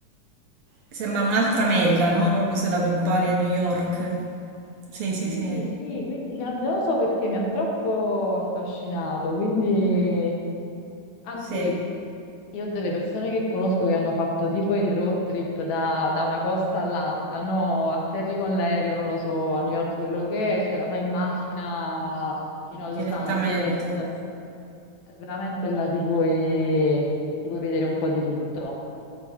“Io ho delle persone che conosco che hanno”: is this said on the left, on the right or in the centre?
Left